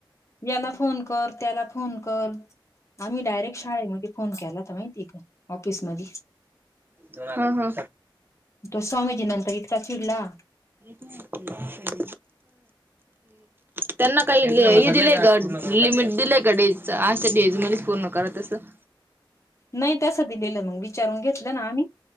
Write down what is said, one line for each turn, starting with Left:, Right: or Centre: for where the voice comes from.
Left: याला फोन कर त्याला फोन कर आम्ही डायरेक्ट शाळेमध्ये फोन केला होता माहिती आहे का ऑफिस मधी
Right: हा हा
Left: तो स्वामीजी नंतर इतका चिडला
Right: हम् त्यांना काही हे
Left: ते
Right: दिलेय ग लिमिट दिलंय का डेजच आशा डेज मध्ये फोन न करत असत
Left: नाही त्यासं दिलेलं मग विचारून घेतलं ना आम्ही